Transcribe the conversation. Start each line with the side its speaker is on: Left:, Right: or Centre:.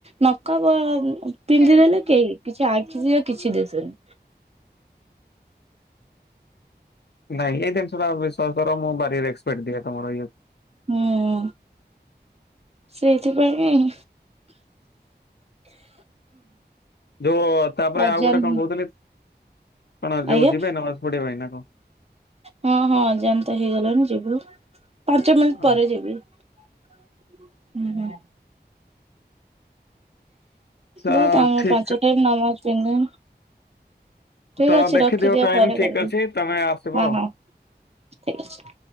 Right: ନକା ବା
Left: ଏମିତି
Right: ପିନ୍ଧିଦେଲେ
Left: କାଇଁ ରଖୁଛ?
Right: କେହି କିଛି ଆଖି ଯାଏ କିଛି ଦିଶିବନି।
Left: ନାଇଁ, ଏଇ ଜିନିଷଟା ବିଶ୍ୱାସକର ମୁଁ ଭାରି ରେକ୍ସପେକ୍ଟ ଦିଏ ତମର ଇଏ
Right: ହୁଁ ସେଇଥିପାଇଁ
Left: ଯୋଉ ତାପରେ
Right: ଅଜାନ
Left: ଆଉ ଗୋଟେ କଣ କହୁଥିଲି କଣ ଯୋଉ
Right: ଆଜ୍ଞା
Left: ଯିବେ ନା ଭାସ୍ ପଡିବା ପାଇଁ ନା କଣ?
Right: ହଁ ହଁ ଏକ୍ସାମ ତ ହେଇଗଲାଣି ଯିବୁ। ପାଞ୍ଚ ମିନିଟ୍ ପରେ
Left: ଆଚ୍ଛା
Right: ଯିବି। ଉଁ ହୁଁ।
Left: ତ
Right: ବତ୍ ଆମେ
Left: ଠିକ
Right: ପାଞ୍ଚ ଟାଇମ୍ ନମାଜ ପିନ୍ଧୁ। ଠିକ୍
Left: ତ
Right: ଅଛି
Left: ଦେଖିଦିଅ
Right: ରଖିଦିଅ
Left: ଟାଇମ
Right: ପରେ
Left: ଠିକ
Right: କରିବି।
Left: ଅଛି ତମେ ଆସିବ
Right: ହଁ ହଁ ଠିକ୍ ଅଛି।